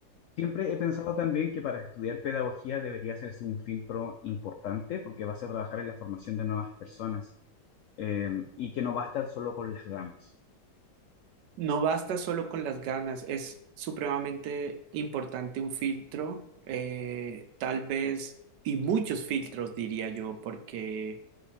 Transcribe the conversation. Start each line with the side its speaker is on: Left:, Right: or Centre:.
Left: Siempre he pensado también que para estudiar pedagogía debería hacerse un filtro importante porque vas a trabajar en la formación de nuevas personas eh, y que no basta solo con las ganas.
Right: No basta solo con las ganas, es supremamente importante un filtro, eh, tal vez, y muchos filtros, diría yo, porque